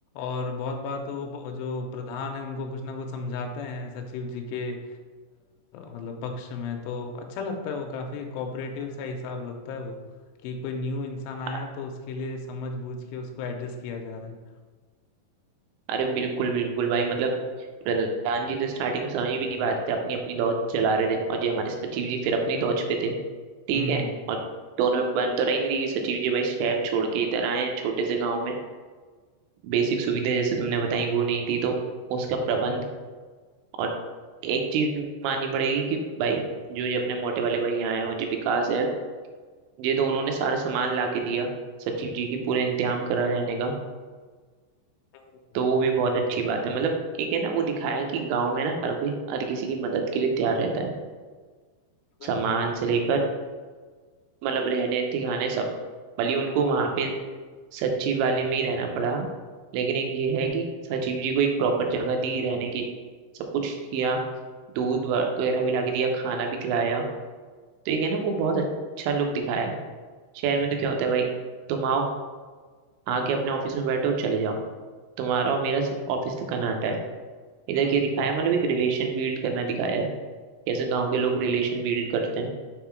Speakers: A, on the left (about 80°); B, on the right (about 85°).
A: और बहुत बार तो वो ब- जो प्रधान है उनको कुछ ना कुछ समझाते हैं सचिव जी के आ, मतलब पक्ष में तो अच्छा लगता है वो काफी कोऑपरेटिव सा हिसाब लगता है वो कि कोई न्यू इंसान आया
B: अ-
A: है, तो उसके लिए समझ बूझ के उसको एडजस्ट किया जा रहा है
B: अरे बिल्कुल बिल्कुल भाई मतलब प्रधान जी तो स्टार्टिंग में समझ भी नहीं पाते थे अपनी अपनी दौड़ चला रहे थे और ये हमारे सचिव जी फिर अपनी दौड़ पे थे ठीक
A: हम्म
B: है और दोनों में बन तो रही नहीं रही कि सचिव जी भाई शहर छोड़ के इधर आए हैं छोटे से गांव में बेसिक सुविधा जैसे तुमने बताई वो नहीं थी तो उसका प्रबंध और एक चीज माननी पड़ेगी कि भाई जो ये अपने मोटे वाले भैया हैं और जो विकास है ये तो उन्होंने सारा सामान ला के दिया सचिव जी की पूरा इंतजाम करा रहने का
A: हम्म,
B: तो वो भी बहुत अच्छी बात है मतलब एक है ना वो दिखाया है कि गांव में ना हर कोई हर किसी की मदद के लिए तैयार रहता है
A: बिल्कुल
B: सामान
A: बिल्कुल
B: से लेकर मतलब रहने ठिकाने सब भले ही उनको वहां पे सचिव वाले में ही रहना पड़ा लेकिन एक ये है कि सचिव जी को एक प्रॉपर जगह दी रहने की सब कुछ किया दूध वगैरह भी ला के दिया खाना भी खिलाया तो ये है ना वो बहुत अच्छा लुक दिखाया है शहर में तो क्या होता है भाई तुम आओ आके अपने ऑफिस में बैठो चले जाओ तुम्हारा और मेरा सिर्फ ऑफिस का नाटा है इधर
A: हम्म
B: क्या दिखाया है मतलब एक रिलेशन बिल्ड करना दिखाया है कैसे गाँव के लोग रिलेशन बिल्ड करते हैं